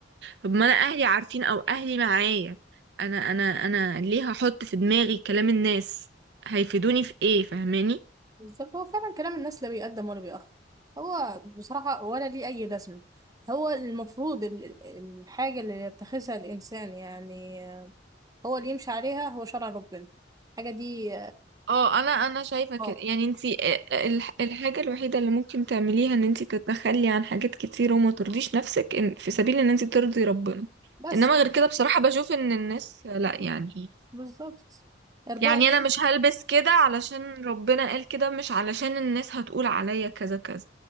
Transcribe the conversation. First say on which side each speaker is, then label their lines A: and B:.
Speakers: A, on the right; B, on the right.
A: طب ما انا اهلي عارفين او اهلي معايا انا انا انا ليه هحط في دماغي كلام الناس هيفيدوني في ايه فاهماني
B: بالظبط هو فعلا كلام الناس لا بيقدم ولا بيأخر هو بصراحة ولا ليه أي لازمة هو المفروض ال- ال- الحاجة اللي يتخذها الإنسان يعني هو اللي يمشي عليها هو شرع ربنا الحاجة دي
A: اه انا انا شايفه كده
B: اه
A: يعني انتي آه، آه، الح- الحاجه الوحيده اللي ممكن تعمليها ان انتي تتخلي عن حاجات كتير وما ترضيش نفسك إن في سبيل ان انتي ترضي ربنا
B: بس
A: انما غير كده بصراحه بشوف ان الناس لا يعني
B: بالظبط إرضاء
A: يعني
B: النفس.
A: انا مش هلبس كده علشان ربنا قال كده مش علشان الناس هتقول عليا كذا كذا